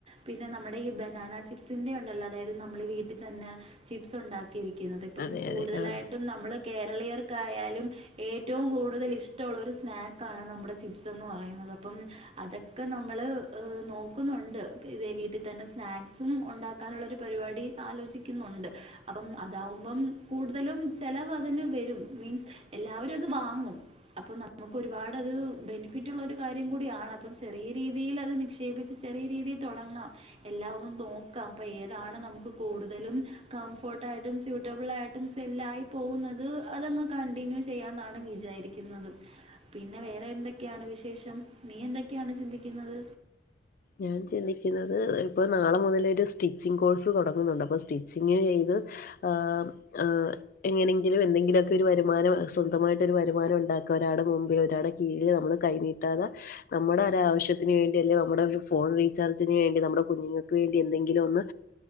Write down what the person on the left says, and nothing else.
അതെ
അതെ ആഹ്
ഞാൻ ചിന്തി ക്കുന്നത് ഇപ്പോ നാളെ മുതലൊരു സ്റ്റിച്ചിങ് കോഴ്സ് തൊടങ്ങുന്നോണ്ട് അപ്പോ സ്റ്റിച്ചിങ്ങ് ചെയ്ത് ആഹ് ആഹ് എങ്ങനെങ്കിലും എന്തെങ്കിലുക്കെ ഒരു വരുമാനം സ്വന്തമായിട്ട് ഒരു വരുമാനം ഉണ്ടാക്കുക. ഒരാളടെ മുമ്പിൽ ഒരാളുടെ കീഴിൽ നമ്മള് കൈനീട്ട ട്ടാതെ നമ്മടെ ഒരാവശ്യത്തിന് വേണ്ടി അല്ലെ നമ്മുടെ ഫോൺ റീചാർജിന് വേണ്ടി നമ്മടെ കുഞ്ഞുങ്ങൾക്ക് വേണ്ടി എന്തെങ്കിലും ഒന്ന്